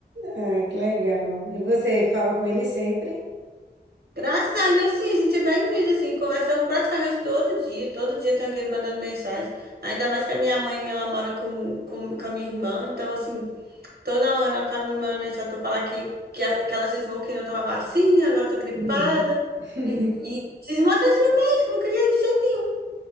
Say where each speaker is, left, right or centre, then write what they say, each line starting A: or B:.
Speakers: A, on the right; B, on the right.
A: Ah, que legal. E você fala com ele sempre?
B: Graças a Deus, sim, a gente é bem unido, assim. Conversamos praticamente todo dia. Todo dia tem alguém mandando mensagem. Ainda mais que a minha mãe, ela mora com, com, com a minha irmã. Então, assim, Toda hora ela tá me mandando mensagem pra falar que, que, a- que ela cismou que não toma vacina, agora tá gripada.
A: Uhum. <laughs>
B: E, e cismou até de ir no médico, não queria ir de jeito nenhum.